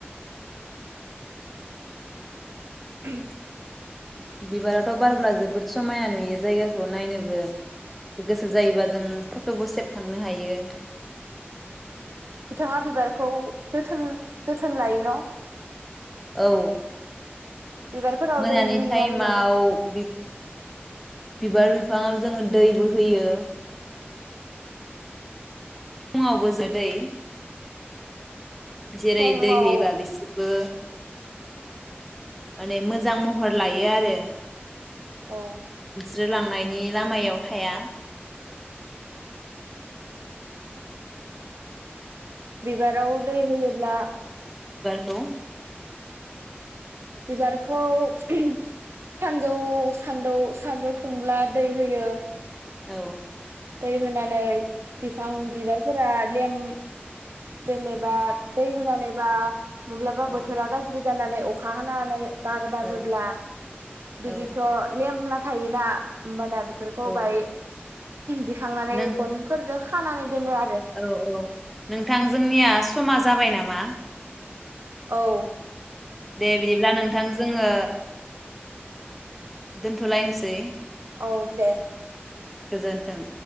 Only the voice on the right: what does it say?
<inaudible>
बिथाङा बिबारखौ जोथान-जोथोन लायो न?
बिबारफोराव
दै लुयोना
लुवा
फुङाव
औ
बिबाराव दै होयोब्ला
बिबारखौ सानजौ सानदौ सानजौफुंब्ला दै होयो।
दै होनानै बिफां बिबारफोरा लेम जेनेबा दै होनानैबा मब्लाबा
बोथोरा गाज्रि जानानै अखा हानाहोनै बार बारोब्ला
बिदिथ'
लेमला थायोना होमबाना बेफोरखौ
बाय दिखांनानै
गनफोरजो खा खानानै दोनो आरो
औ
औ दे।